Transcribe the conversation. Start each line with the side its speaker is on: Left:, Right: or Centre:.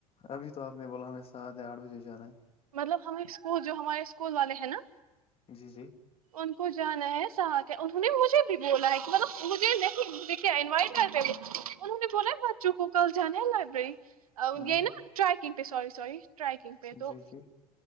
Left: ابھی تو آپ نے بولا ہمیں سات آٹھ بجے جان ہے
Right: مطلب ہم ایک اسکول جو ہمارے اسکول والے ہیں نا
Left: جی جی
Right: ان کو جانا ہے سا انہوں نے مجھے بھی بولا ہے کہ مطلب مجھے نہیں مجھ کیا انوائٹ لبریری انہوں نے بولا بچوں کو کل جانا ہے لائبریری
Left: ہوں
Right: یہ نا ٹریک کن پے سوری سوری ٹرائیکنگ پہ تو
Left: جی جی